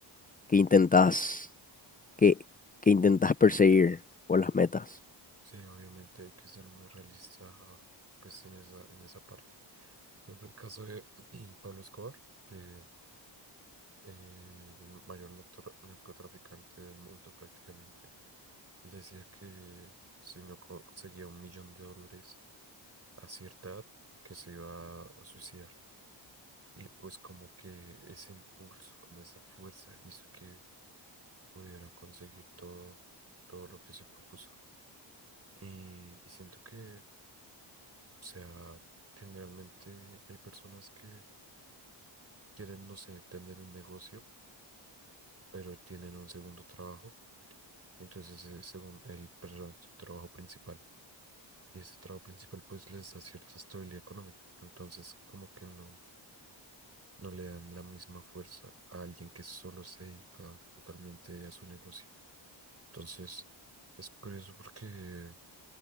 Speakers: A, on the left; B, on the right.
A: que intentas, que, que intentas perseguir o las metas.
B: sí, obviamente hay que ser muy realista, pues en esa, en esa parte. Por ejemplo, el caso de <clears throat> Pablo Escobar, que eh, el mayor narcotra- narcotraficante del mundo prácticamente, él decía que si no co- conseguía un millón de dólares a cierta edad que se iba a suicidar. Y pues como que ese impulso, como esa fuerza hizo que pudiera conseguir todo, todo lo que se propuso. Y, y siento que, o sea, generalmente hay personas que quieren, no sé, tener un negocio, pero tienen un segundo trabajo. Y entonces ese segun- el, perdón, su trabajo principal. Y ese trabajo principal pues les da cierta estabilidad económica. Entonces como que no no le dan la misma fuerza a alguien que solo se dedica totalmente a su negocio. Entonces, es curioso porque